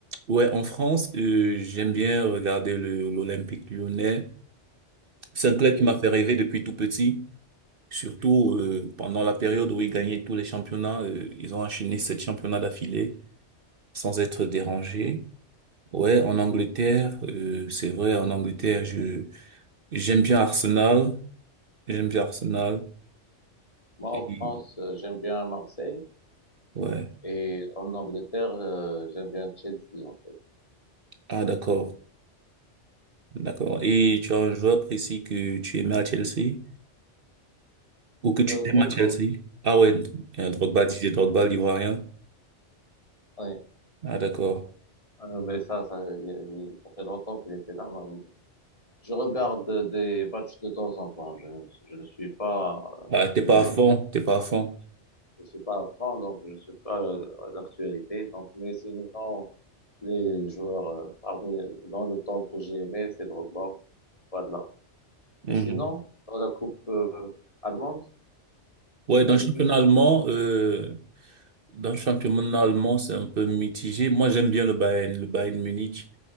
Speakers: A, on the right; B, on the left.
A: Ouais, en France, euh, j'aime bien regarder le, l'Olympique Lyonnais. C'est un
B: OK?
A: club qui m'a fait rêver depuis tout petit. Surtout euh, pendant la période où ils gagnaient tous les championnats, euh, ils ont enchaîné sept championnats d'affilée sans être dérangés. Ouais, en Angleterre, euh, c'est vrai, en Angleterre, je j'aime bien Arsenal, j'aime bien Arsenal.
B: Moi,
A: Et,
B: en France, euh, j'aime bien Marseille.
A: ouais.
B: Et en Angleterre, euh, j'aime bien Chelsea, en fait.
A: Ah d'accord. D'accord. Et tu as un joueur précis que tu aimais à Chelsea ou que tu
B: Euh, Drogba.
A: aimes à Chelsea? Ah ouais, euh, Drogba, Didier Drogba, l'Ivoirien.
B: Ouais.
A: Ah d'accord.
B: Euh, mais ça, ça, il il- ça fait longtemps qu'il était là. Moi, Je regarde des matchs de temps en temps. Je, ne- je ne suis pas
A: Ah,
B: euh, actuel.
A: t'es pas à fond, t'es pas à fond.
B: Je suis pas à fond, donc je suis pas euh, à l'actualité. Donc, mais sinon, les joueurs euh, parmi dans le temps que j'ai aimé, c'est Drogba. Voilà.
A: Mhm.
B: Et sinon, dans la coupe euh, allemande,
A: Ouais,
B: t'aimes
A: dans le championnat
B: qui?
A: allemand, euh, dans le championnat allemand, c'est un peu mitigé. Moi, j'aime bien le Bayern, le Bayern Munich.